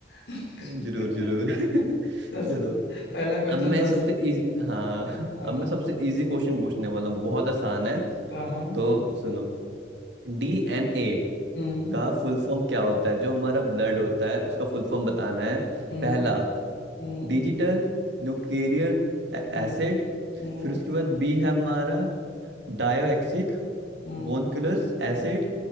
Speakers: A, on the left (about 85°); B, on the right (about 90°).
A: <laughs>
B: जरूर जरूर <laughs>
A: दस
B: चलो
A: रुप- पहला क्वेश्चन
B: अब मैं
A: दस
B: सबसे इजी हाँ
A: हाँ
B: <laughs>
A: हाँ
B: अब मैं
A: हाँ
B: सबसे इजी क्वेश्चन पूछने वाला हूँ बहुत आसान है
A: हाँ हाँ,
B: तो सुनो डीएनए
A: हम्म
B: का फुल फॉर्म क्या होता है जो हमारा ब्लड होता है उसका फुल फॉर्म बताना है
A: हम्म
B: पहला
A: हम्म
B: डिजिटल न्यूक्लियर
A: हम्म
B: एसिड
A: हम्म
B: फिर उसके बाद बी है हमारा डायोक्सिक
A: हम्म हम्म
B: बोनक्यूलस एसिड